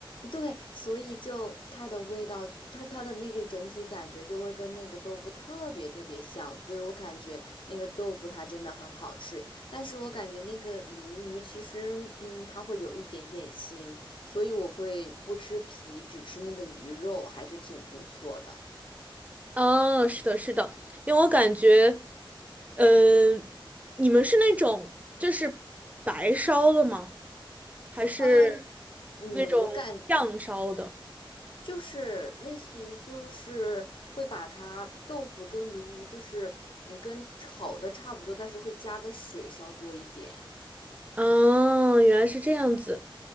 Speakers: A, on the left; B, on the right.
A: 对，所以就它的味道，就它它的那个整体感觉就会跟那个豆腐特别特别像，所以我感觉那个豆腐它真的很好吃，但是我感觉那个鲈鱼其实，嗯，它会有一点点腥，所以我会不吃皮，只吃那个鱼肉，还是挺不错的。
B: 哦，是的，是的，因为我感觉，嗯，你们是那种就是白烧的吗？还是
A: 嗯嗯，
B: 那种酱烧的？
A: 我感就是类似于就是会把它豆腐跟鲈鱼就是嗯跟炒的差不多，但是会加的水稍多一点。
B: 哦，原来是这样子。